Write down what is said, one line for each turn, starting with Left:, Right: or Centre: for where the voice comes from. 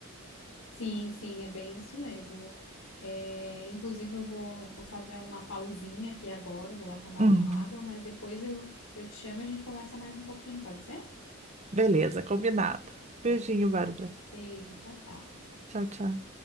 Left: Sim, sim, é bem isso mesmo. É, inclusive, eu vou, vou fazer uma pausinha aqui agora, eu vou lá tomar
Right: Uhum.
Left: uma água, mas depois eu, eu te chamo e a gente conversa mais um pouquinho, pode ser?
Right: Beleza, combinado.
Left: Então,
Right: Beijinho, Bárbara.
Left: beijo, tchau, tchau.
Right: Tchau, tchau.